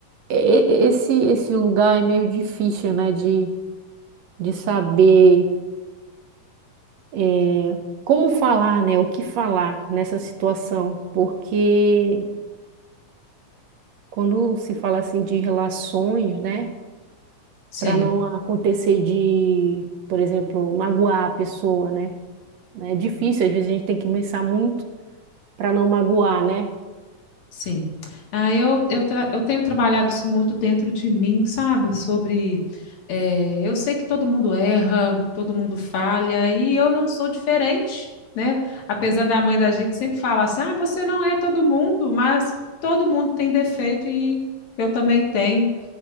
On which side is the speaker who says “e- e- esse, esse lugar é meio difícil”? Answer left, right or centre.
Right